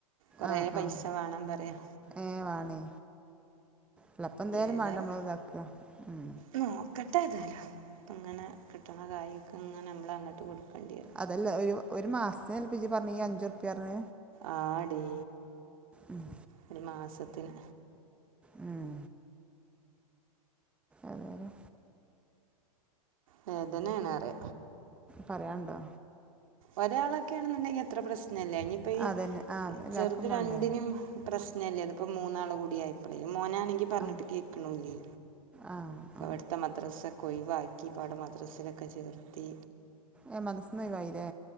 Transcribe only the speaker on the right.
കൊറേ
പൈസ
വേണം പറയാ
ഏതായാലും
നോക്കട്ടെ ഇതല്ലോ ഇങ്ങനെ കിട്ടണ കാര്ക്കെ ഇങ്ങനെ നമ്മൾ അങ്ങോട്ട് കൊടുക്കേണ്ടി വരും.
ആടി
ഒരു മാസത്തിന്.
വേദനണ് അറിയ
ഒരാളൊക്കെയാണെന്നുണ്ടെങ്കിൽ എത്ര പ്രശ്നല്ലേ ഇനിയിപ്പോ ഈ
ചെറുത്
രണ്ടിനും. പ്രശ്നമല്ലേ അതിപ്പോ മൂന്നാള് കൂടിആയായിപ്പോളേ മോനാണെങ്കിൽ. പറഞ്ഞിട്ട്
കേക്ക്ണുല്ലേ
മത്ത മദ്രസ്സൊക്കെ ഒഴിവാക്കി പാട മദ്രസിലൊക്കെ ചേർത്തി